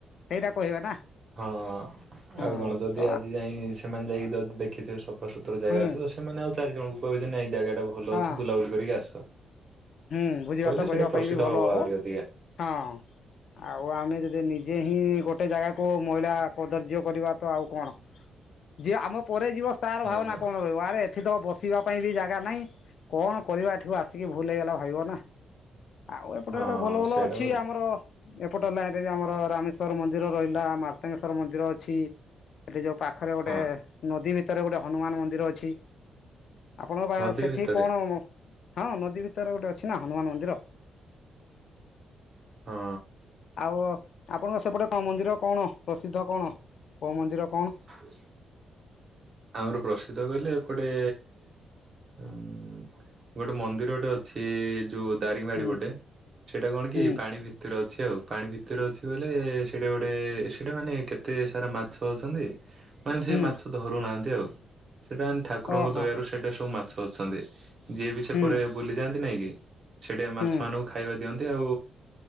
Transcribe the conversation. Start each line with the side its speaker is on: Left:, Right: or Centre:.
Left: ସେଇଟା କହିବେ ନା।
Right: ହଁ
Left: ହୁଁ
Right: ଆଉ କଣ ଯଦି
Left: ତ
Right: ଆଜି ଯାଇ ସେମାନେ ଯାଇକି ଯଦି ଦେଖିଥିବେ ସଫାସତୁର ଜାଗା
Left: ହୁଁ
Right: ଅଛି ତ ସେ ସେମାନେ ଆଉ ଚାରି ଜଣଙ୍କୁ କହିବେ ଯେ ନାଇଁ ଜାଗା ଟା ଭଲ
Left: ହଁ
Right: ଅଛି ବୁଲାବୁଲି କରିକି ଆସ।
Left: ହୁଁ, ଭୁଜି
Right: କହିଲେ
Left: ଭାତ
Right: ସେଇଟା
Left: କରିବା
Right: ପ୍ରସିଦ୍ଧ
Left: ପାଇଁ ବି ଭଲ ହବ,
Right: ଆହୁରି ଅଧିକା
Left: ହଁ। ଆଉ ଆମେ ଯଦି ନିଜେ ହିଁ ଗୋଟେ ଜାଗାକୁ ମଇଳା କର୍ଦଯ୍ୟ କରିବା ତ ଆଉ କଣ। ଯିଏ ଆମ ପରେ ଯିବ ତାର
Right: ହଁ।
Left: ଭାବନା କଣ ରହିବ? ଆରେ ଏଠି ତ ବସିବା ପାଇଁ ବି ଜାଗା ନାଇ, କଣ କରିବା ଏଠିକୁ ଆସିକି? ଭୁଲ ହେଇଗଲା ଭାବିବ ନା। ଆଉ ଏପଟେ
Right: ହଁ
Left: ଭଲ ଭଲ
Right: ସେଇଟା
Left: ଅଛି
Right: ପରା
Left: ଆମର। ଏପଟ ଲାଇନ୍ ରେ ବି ଆମର ରାମେଶ୍ୱର ମନ୍ଦିର ରହିଲା। ମାର୍ତ୍ତଙ୍ଗେଶ୍ଵର ମନ୍ଦିର ଅଛି। ସେଠି ଯୋଉ ପାଖରେ ଗୋଟେ
Right: ହଁ
Left: ନଦୀ ଭିତରେ ଗୋଟେ ହନୁମାନ ମନ୍ଦିର ଅଛି। ଆପଣଙ୍କ ପା-ସେଠି
Right: ନଦୀ ଭିତରେ
Left: କଣ ହଁ ନଦୀ ଭିତରେ ଗୋଟେ ଅ ଛି ନା ହନୁମାନ ମନ୍ଦିର।
Right: ହଁ
Left: ଆଉ ଆପଣଙ୍କ ସେପଟେ କଣ ମନ୍ଦିର, କଣ ପ୍ରସିଦ୍ଧ କଣ କୋଉ ମନ୍ଦିର କଣ?
Right: ହୁ ଆମର ପ୍ରସିଦ୍ଧ କହିଲେ ଏପଟେ ଉଁ, ଗୋଟେ ମନ୍ଦିର ଟେ ଅଛି ଯୋଉ ଦାରିଙ୍ଗବାଡ଼ି
Left: ହୁଁ
Right: ପଟେ ସେଟା କଣ କି
Left: ହୁଁ
Right: ପାଣି ଭିତରେ ଅଛି ଆଉ। ପାଣି ଭିତରେ ଅଛି ବୋଇଲେ ସେଇଟା ଗୋଟେ ସେଇଟା ମାନେ କେତେ ସାରା ମାଛ ଅଛନ୍ତି। ମାନେ ସେ
Left: ହୁଁ
Right: ମାଛ ଧରୁ ନାହାନ୍ତି ଆଉ। ସେଟା ମାନ ଠାକୁରଙ୍କ
Left: ଓହୋ
Right: ଦୟାରୁ ସେଇଟା ସବୁ ମାଛ ଅଛନ୍ତି। ଯିଏ ବି ସେପଟେ
Left: ହୁଁ
Right: ବୁଲିଯାଆନ୍ତି ନାଇଁ କି ସେଇଟି ମାଛମାନଙ୍କୁ
Left: ହୁଁ
Right: ଖାଇବା ଦିଅନ୍ତି, ଆଉ